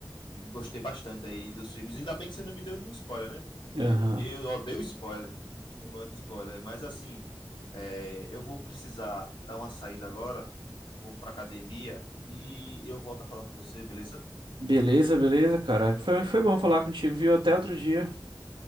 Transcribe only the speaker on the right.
Aham.
Beleza, beleza, cara. Foi, foi bom falar contigo, viu? Até outro dia.